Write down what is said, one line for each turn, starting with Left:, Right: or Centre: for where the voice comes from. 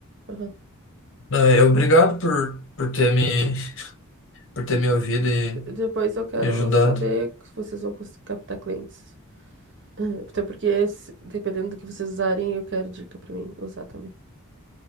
Right: Aham.
Left: é, obrigado por, por ter me, por ter me ouvido e
Right: De- Depois eu quero
Left: me ajudado.
Right: saber se vocês vão cons- captar clientes. Ah, Até porque, se- dependendo do que vocês usarem, eu quero dica pra mim usar também.